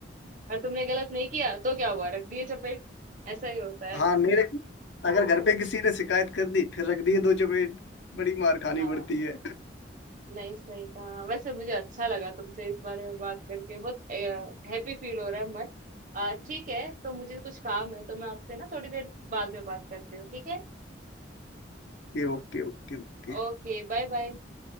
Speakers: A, on the right; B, on the left.
A: और तुमने गलत नहीं किया तो क्या हुआ रख दिए चपेट ऐसा ही होता है
B: हाँ नहीं रखी अगर घर पे किसी ने शिकायत कर दी फिर रख दिए दो चपेट बड़ी मार खानी
A: हाँ
B: पड़ती है
A: नहीं सही कहा वैसे मुझे अच्छा लगा तुमसे इस बारे में बात करके बहुत हैप्पी फील हो रहा है मन अ, ठीक है तो मुझे कुछ काम है तो मैं आपसे ना थोड़ी देर बाद में बात करती हूँ ठीक है
B: <laughs> Okay okay Okay okay
A: Okay bye bye